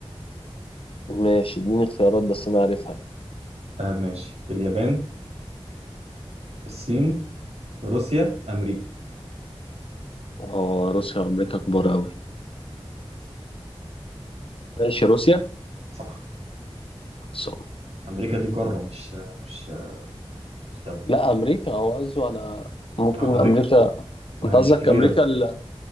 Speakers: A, on the left (about 55°); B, on the right (about 80°).
A: ماشي اديني اختيارات بس انا عارفها
B: آه ماشي اليابان الصين روسيا أمريكا
A: اه روسيا وامريكا كبار قوي ماشي روسيا
B: صح
A: صح.
B: أمريكا دي قارة مش آه، مش آه، مش دولة
A: لا امريكا هو قصده انا ممكن
B: اه أمريكا
A: امريكا
B: ما
A: انت
B: هي مش
A: قصدك
B: كبيرة
A: امريكا
B: مش
A: ال-
B: كبيرة